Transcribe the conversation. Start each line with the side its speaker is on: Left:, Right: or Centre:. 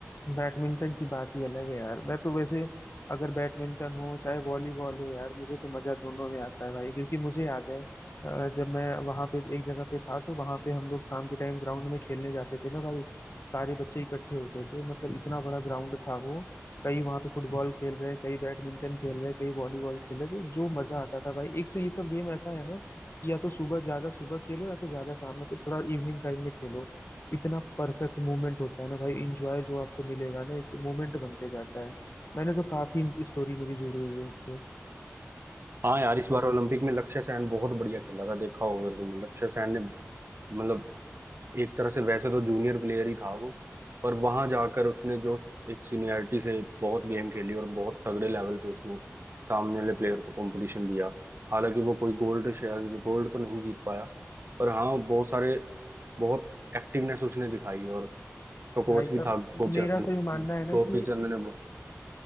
Left: बैडमिंटन की बात ही अलग है यार मैं तो वैसे अगर बैडमिंटन हो चाहे वॉलीबॉल हो यार मुझे तो मजा दोनों में आता है भाई क्योंकि मुझे याद है अ, जब मैं वहां पे एक जगह पे था तो वहां पे हम लोग शाम के टाइम ग्राउंड में खेलने जाते थे ना भाई सारे बच्चे इकट्ठे होते थे मतलब इतना बड़ा ग्राउंड था वो कई वहां पे फुटबॉल खेल रहे हैं कई बैडमिंटन खेल रहे हैं कई वॉलीबॉल खेल रहे हैं तो जो मजा आता था भाई एक तो ये सब गेम ऐसा है ना कि या तो सुबह ज्यादा सुबह खेलो या तो ज्यादा शाम मतलब थोड़ा इवनिंग टाइम में खेलो इतना परफेक्ट मूवमेंट होता है ना भाई इंजॉय जो आपको मिलेगा ना एक मूवमेंट बनते जाता है मैंने तो काफी स्टोरी मेरी जुड़ी हुई है इससे
Right: हाँ यार इस बार ओलंपिक में लक्ष्य सेन बहुत बढ़िया खेला था देखा होगा अगर तुमने लक्ष्य सेन ने मतलब एक तरह से वैसे तो जूनियर प्लेयर ही था वो पर वहां जाकर उसने जो एक सीनियरिटी से बहुत गेम खेली और बहुत तगड़े लेवल पे उसने सामने वाले प्लेयर को कंपटीशन दिया हालांकि वो कोई गोल्ड शायद गोल्ड तो नहीं जीत पाया पर हाँ बहुत सारे बहुत एक्टिवनेस उसने दिखाई और उसका कोच
Left: भाई साहब
Right: भी था गोपी
Left: मेरा
Right: चंद
Left: तो ये मानना है ना
Right: गोपी
Left: कि
Right: चंद ने वो-